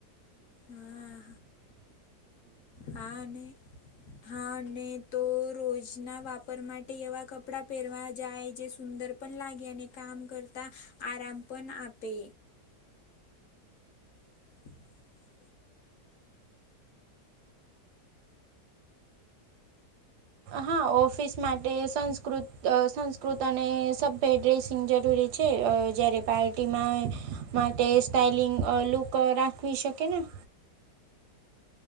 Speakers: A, on the left; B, on the right.
A: હા, હા, અને હા, તો રોજના વાપરે, માટે એવા કપડા પહેરવા જાય, જે સુંદર પણ લાગે, અને કામ કરતા આરામ પણ આપે. <unintelligible>
B: હા, ઓફિસ માટે સંસ્કૃત, સંસ્કૃત અને સભ્ય ડ્રેસિંગ જરૂરી છે. છે, જયારે પાર્ટીમાં માટે સ્ટાઈલિંગ લુક રાખવી શકે ને.